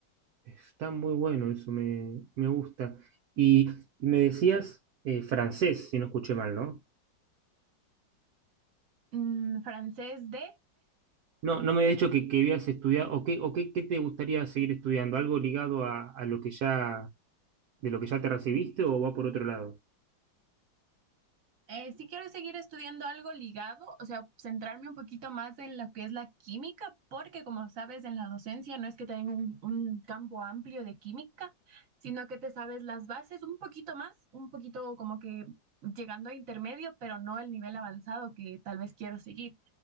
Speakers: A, on the right; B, on the right.
A: Está muy bueno, eso me, me gusta. Y me decías eh, francés, si no escuché mal, ¿no?
B: Mm, francés de...
A: No, no me habías dicho que, que habías estudiado, o, qué, o qué, qué te gustaría seguir estudiando, algo ligado a, a lo que ya de lo que ya te recibiste o va por otro lado?
B: Eh, sí quiero seguir estudiando algo ligado, o sea, centrarme un poquito más en lo que es la química, porque como sabes, en la docencia no es que tenga un, un campo amplio de química, sino que te sabes las bases un poquito más, un poquito como que llegando a intermedio, pero no el nivel avanzado que tal vez quiero seguir.